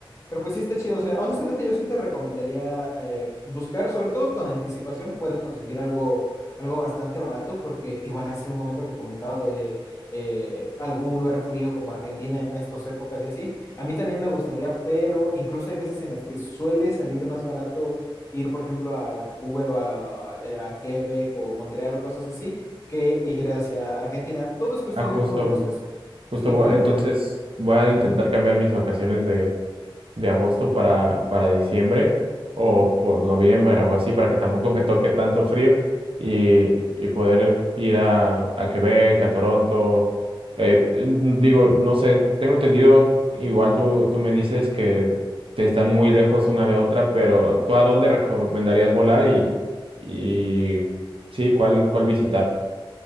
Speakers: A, on the left; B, on the right.
A: pero pues sí está chido, o sea, honestamente yo sí te recomendaría eh, buscar, sobre todo con anticipación, puedes conseguir algo, algo bastante barato, porque igual hace un momento que comentabas lo de eh, algún lugar frío como Argentina en estas épocas y así, a mí también me gustaría, pero incluso hay veces en las que suele salir más barato ir, por ejemplo, a Vancouver o a, eh, a Quebec o Montreal o cosas así, que ir hacia Argentina. Todo es cuestión
B: Ah, justo.
A: de cómo lo busques,
B: Justo,
A: sí,
B: voy-
A: pero...
B: entonces voy a intentar
A: ujú.
B: cambiar mis vacaciones de, de agosto para, para diciembre o por noviembre o así, para que tampoco me toque tanto frío y, y poder ir a, a Quebec, a Toronto. Eh, n- digo, no sé, tengo entendido, igual tú, tú me dices que te están muy lejos una de otra, pero ¿tú a dónde recomendarías volar y, y sí, cuál, cuál visitar?